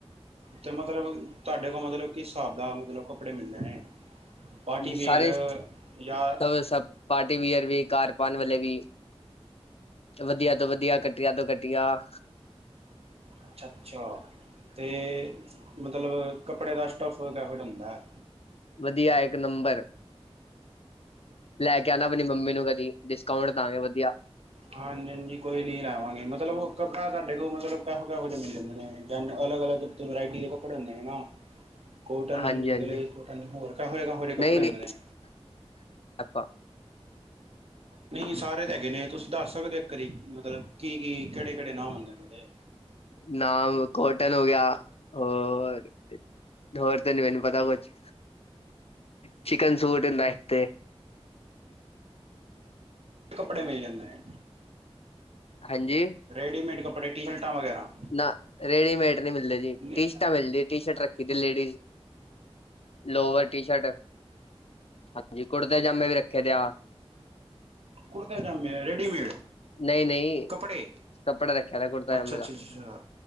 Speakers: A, on the right; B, on the left.
A: ਤੇ ਮਤਲਬ ਤੁਹਾਡੇ ਕੋਲ ਮਤਲਬ ਕਿਸ ਹਿਸਾਬ ਦਾ ਮਤਲਬ ਕੱਪੜੇ ਮਿਲਦੇ ਨੇ? ਪਾਰਟੀ
B: ਸਾਰੇ
A: ਵੇਅਰ ਜਾਂ
B: ਅਹ ਸਭ ਪਾਰਟੀ ਵੀਅਰ ਵੀ, ਘਰ ਪਾਣ ਵਾਲੇ ਵੀ। ਵਧੀਆ ਤੋਂ ਵਧੀਆ, ਘਟੀਆ ਤੋਂ ਘਟੀਆ।
A: ਅੱਛਾ, ਅੱਛਾ ਤੇ ਮਤਲਬ ਕੱਪੜੇ ਦਾ ਸਟਫ ਕਿਹੋ ਜਿਹਾ ਹੁੰਦਾ?
B: ਵਧੀਆ ਇੱਕ ਨੰਬਰ। ਲੈ ਕੇ ਆਣਾ ਆਪਣੀ ਮੰਮੀ ਨੂੰ ਕਦੀ ਡਿਸਕਾਊਂਟ ਦਾਗੇ ਵਧੀਆ।
A: ਹਾਂਜੀ, ਹਾਂਜੀ ਕੋਈ ਨੀ ਲਾਵਾਂਗੇ ਮਤਲਬ ਉਹ ਕੱਪੜਾ ਤੁਹਾਡੇ ਕੋਲ ਮਤਲਬ ਕਿਹੋ, ਕਿਹੋ ਜਿਹੇ ਮਿਲ ਜਾਂਦੇ ਨੇ ਜਾਂ ਅਲੱਗ, ਅਲੱਗ। ਇੱਕ ਵਰਾਇਟੀ ਦੇ ਕੱਪੜੇ ਹੁੰਦੇ ਨੇ ਨਾ। ਕੋਟਨ,
B: ਹਾਂਜੀ ਹਾਂਜੀ
A: ਗਰੇਸ ਕੋਟਨ ਹੋਰ ਕਿਹੋ ਜਿਹੇ ਕਿਹੋ ਜਿਹੇ ਕੱਪੜੇ
B: ਨਹੀਂ ਨਹੀਂ
A: ਹੁੰਦੇ ਨੇ?
B: ਆਪਾਂ
A: ਨਹੀਂ ਸਾਰੇ ਤਾਂ ਹੈਗੇ ਨੇ। ਤੁਸੀਂ ਦੱਸ ਸਕਦੇ ਹੋ? ਇੱਕ ਵਾਰੀ ਮਤਲਬ ਕੀ-ਕੀ ਕਿਹੜੇ ਕਿਹੜੇ ਨਾਮ ਹੁੰਦੇ ਨੇ ਉਹਦੇ?
B: ਨਾਮ ਕੋਟਨ ਹੋ ਗਿਆ ਹੋਰ ਹੋਰ ਤੇ ਨੀ ਮੈਨੂੰ ਪਤਾ ਕੁਛ ਚਿਕਨ ਸੂਟ ਹੁੰਦਾ ਇੱਕ ਤੇ ‌
A: ਕੱਪੜੇ ਮਿਲ ਜਾਂਦੇ ਨੇ।
B: ਹਾਂਜੀ?
A: ਰੈਡੀਮੇਡ ਕੱਪੜੇ ਟੀ ਸ਼ਰਟਾਂ ਵਗੈਰਾ।
B: ਨਾ ਰੇਡੀਮੇਡ ਨਹੀਂ ਮਿਲਦੇ ਜੀ।
A: ਨਹੀਂ
B: ਟੀ ਸ਼ਰਟ ਮਿਲਦੀ ਟੀ ਸ਼ਰਟ ਰੱਖੀ ਦੀ ਲੇਡੀਜ਼। ਲੋਅਰ ਟੀ ਸ਼ਰਟ ਹਾਂਜੀ ਕੁੜਤੇ ਪਜਾਮੇ ਵੀ ਰੱਖੇ ਦੇ ਆ।
A: ਕੁੜਤੇ ਪਜਾਮੇ ਰੇਡੀਮੇਡ।
B: ਨਹੀਂ ਨਹੀਂ
A: ਕੱਪੜੇ
B: ਕੱਪੜਾ ਰੱਖਿਆ ਦਾ ਕੁੜਤਾ
A: ਅੱਛਾ,
B: ਜਾਮੇ
A: ਅੱਛਾ,
B: ਦਾ
A: ਅੱਛਾ।